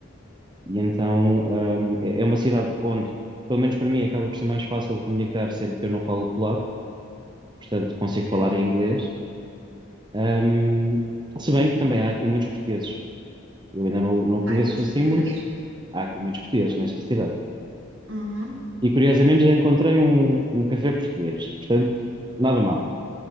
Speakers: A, on the right (about 20°); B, on the right (about 70°).
A: E então, ahm, é é uma cidade onde, pelo menos para mim, acaba por ser mais fácil comunicar, sendo que eu não falo polaco portanto consigo falar
B: sim.
A: em inglês. Ahm, se bem que também há aqui muitos portugueses. Eu ainda não, não conheço
B: Há muitos
A: assim
B: portugueses.
A: muitos. Há aqui muitos portugueses nesta cidade.
B: Uhum.
A: E curiosamente já encontrei um, um café português. Portanto, nada mal.